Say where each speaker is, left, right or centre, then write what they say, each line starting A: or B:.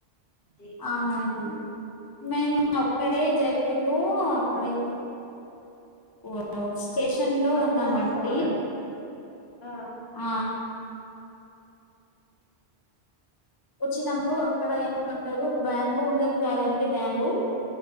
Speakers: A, on the left; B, on the left.
A: అది
B: అవునా అండి. మేము ఒక్కడే జైపూర్ లో అక్కడ <inaudible> <inaudible> స్టేషన్లో
A: అంబర్
B: ఉన్నామండి.
A: ఫోర్ట్ ఆ
B: ఆ వచ్చినప్పుడు అక్కడ ఏమంటరు బ్యాంబు ఉంటది కాదండి బ్యాంబు